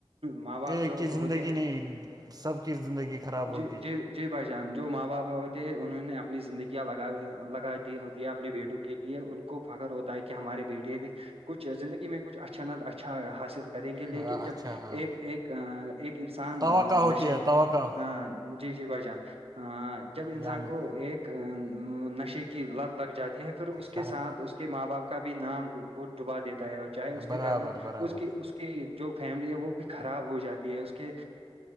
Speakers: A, on the right (about 75°); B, on the right (about 40°).
A: ماں باپ
B: ایک
A: جو
B: کی
A: ہوتے
B: زندگی
A: ہیں
B: نہیں سب کی زندگی خراب
A: جی
B: ہوگی
A: جی جی بھائی جان جو ماں باپ ہوتے ہیں انہوں نے اپنی زندگیاں لگا لگا دی ہوتی ہے اپنے بیٹوں کے لیے ان کو فخر ہوتا ہے کہ ہمارے بیٹیے بھی کچھ زندگی میں کچھ اچھا نہ اچھا حاصل کریں گے لیکن
B: ہاں
A: جب
B: اچھا ہاں
A: ایک ایک ایک انسان
B: توقع ہوتی
A: نشے
B: ہے توقع
A: ہاں جی جی بھائی جان جب انسان
B: یامن
A: کو ایک نشے کی لت لگ جاتی پھر اس کے
B: شہر
A: ساتھ اس کے ماں باپ کا بھی نام وہ ڈوبا دیتا ہے اور چاہے اس
B: برابر
A: کے گھر میں
B: برابر
A: اس کی اس کی جو فیملی ہے وہ بھی خراب ہو جاتی ہے اس کے